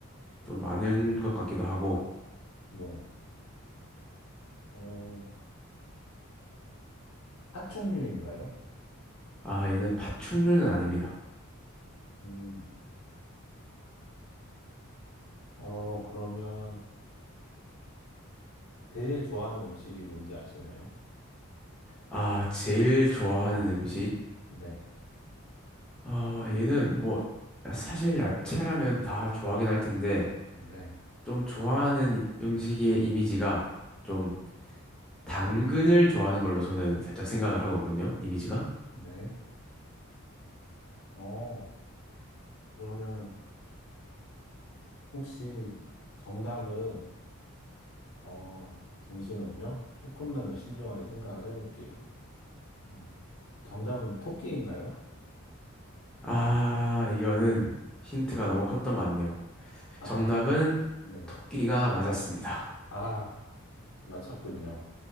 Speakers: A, in the centre; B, on the left.
A: 또 많은 것 같기도 하고,
B: 네. 어, 파충류인가요?
A: 아, 얘는 파충류는 아닙니다.
B: 음, 어, 그러면 제일 좋아하는 음식이 뭔지 아시나요?
A: 아, 제일 좋아하는 음식?
B: 네,
A: 아, 얘는 뭐, 야, 사실 야채라면 다 좋아하긴 할 텐데,
B: 네.
A: 좀 좋아하는 이- 음식의 이미지가 좀 당근을 좋아하는 걸로 저는 살짝 생각을 하고 있거든요. 이미지가.
B: 네. 어, 그러면 혹시 정답은, 어, 잠시만요. 조금만 더 신중하게 생각을 해볼게요. 음, 정답은 토끼인가요?
A: 아, 이거는 힌트가 너무 컸던 것 같네요.
B: <laughs>
A: 정답은
B: 아, 네.
A: 토끼가 맞았습니다.
B: 아, 맞췄군요.